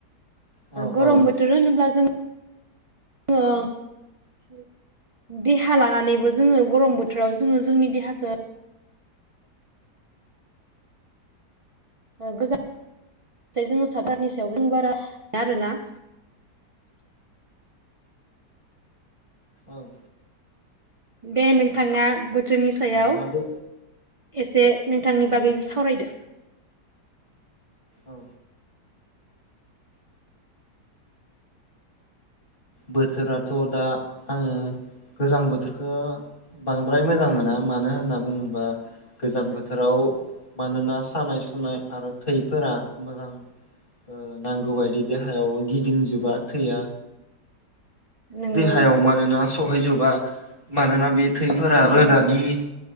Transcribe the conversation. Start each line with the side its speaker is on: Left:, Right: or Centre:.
Left: औ
Right: गरम
Left: औ
Right: बोथोर होनोब्ला जों जों देहा लानानैबो जोङो गरम बोथोराव जोङो जोंनि देहाखौ <unintelligible>
Left: औ।
Right: दे नोंथाङा थोरनि सायाव
Left: मानोना बे
Right: एसे नोंथांनि बागै सावरायदो।
Left: औ। बोथोराथ दा आङो गोजां बोथोरखौ बांद्राय मोजां मोना मानो होनना बुङोबा गोजां बोथोराव मानोना सानाय सु सुनाय आरो थैफोरा मोजां ओ नांगौबायदि देहायाव गिदिंजोबा थैया।
Right: नंगौ
Left: देहायाव मानोना सहैजोबा मानोना बे थैफोरा
Right: नंगौ
Left: रोदानि